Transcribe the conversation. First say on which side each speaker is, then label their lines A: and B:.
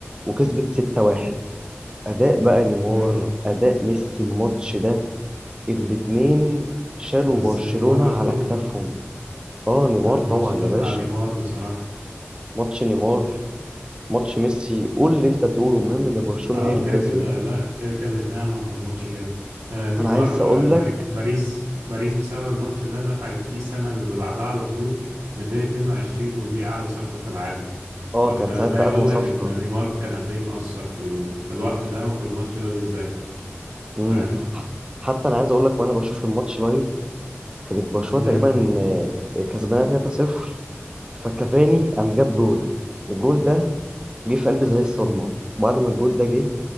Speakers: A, on the right; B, on the right.
A: وكسبت 6-1 أداء بقى نيمار
B: امم
A: أداء ميسي الماتش ده الاتنين شالوا
B: بس
A: برشلونة
B: نيمار التوب
A: على كتافهم اه نيمار
B: آه، الماتش
A: طبعا
B: ده
A: يا
B: بتاع
A: باشا
B: نيمار بصراحة
A: ماتش نيمار ماتش ميسي قول اللي انت تقوله المهم ان برشلونة
B: اه
A: هي اللي
B: كده
A: كسبت
B: كده لا كده كده كانت نعمة وماتش جامد آه نيمار
A: انا عايز اقول
B: آه، باري-
A: لك
B: باريس باريس بسبب الماتش ده دفعت فيه السنة اللي بعدها على طول 222 ودي أعلى صفقة في العالم
A: اه
B: فأنت
A: كانت ساعتها
B: ده يقول
A: اغلى صفقة
B: لك إن نيمار كان قد إيه مؤثر في ال... في الوقت ده وفي الماتش ده بالذات
A: امم
B: فاهم؟
A: حتى انا عايز اقول لك وانا بشوف الماتش لايف كانت برشلونة
B: امم
A: تقريبا آه، كسبانة 3-0 فكافاني قام جاب جول الجول ده جه في قلبي زي الصدمة بعد ما الجول ده جه